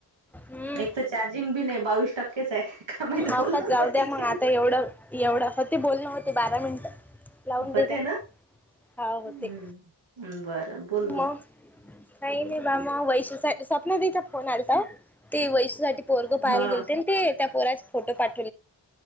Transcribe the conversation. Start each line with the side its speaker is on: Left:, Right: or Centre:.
Centre: हम्
Right: एक तर चार्जिंग बी नाही बावीस टक्केच आहे. काय माहित
Centre: अव
Right: बोलण
Centre: का जाऊ
Right: होते
Centre: द्या मग
Right: की नाही
Centre: आता एवढं एवढं हो ते बोलण होती बारा मिनटं- लावून
Right: होते
Centre: देजा
Right: ना
Centre: हा होते
Right: हम्म बरं बोल
Centre: मग <inaudible> काही नाही बा म वैशू सपना देचा फोन आलाचा ते वैशूसाठी- पोरगं पाहाय
Right: हा
Centre: गेलते ना ते त्या पोरा फोटो पा-